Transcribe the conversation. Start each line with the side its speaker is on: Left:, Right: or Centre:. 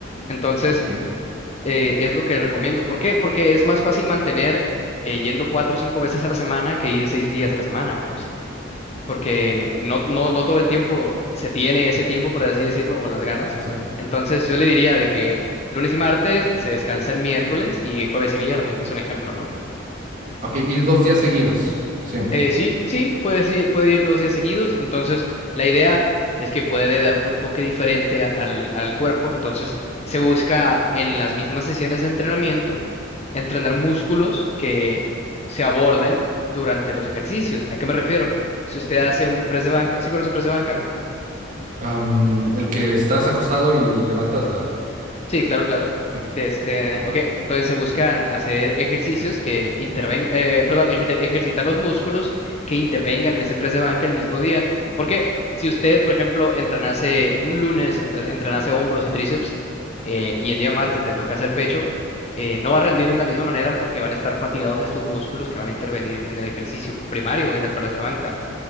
Left: Entonces,
Right: Ok.
Left: eh, es lo que recomiendo. ¿Por qué? Porque es más fácil mantener eh, yendo cuatro o cinco veces a la semana que ir seis días a la semana, pues. Porque no, no, no todo el tiempo se tiene ese tiempo, por así decirlo, o las ganas.
Right: Exacto.
Left: Entonces, yo le diría de que lunes y martes se descansa el miércoles y jueves y viernes, es un ejemplo, ¿no?
Right: Ok, ir dos días seguidos, siempre.
Left: Eh, sí, sí, puede, sí, puede ir dos días seguidos. Entonces, la idea es que puede dar un enfoque diferente a- al, al cuerpo. Entonces, se busca en las mismas sesiones de entrenamiento entrenar músculos que se aborden durante los ejercicios. ¿A qué me refiero? Si usted hace un press de banca, sí conoce press de banca, ¿no?
Right: Am, el que estás acostado y levantas la...
Left: Sí, claro, claro.
Right: Sí.
Left: De este, ok, entonces se buscan hacer ejercicios que intervengan, eh, perdón, ejer- ejercitar los músculos que intervengan en ese press de banca el mismo día. Porque si usted, por ejemplo, entrenase un lunes, entre- entrenase hombros y tríceps, eh, y el día martes le toca hacer pecho, eh, no va a rendir de la misma manera porque van a estar fatigados estos músculos que van a intervenir en el ejercicio primario, que es el press de banca.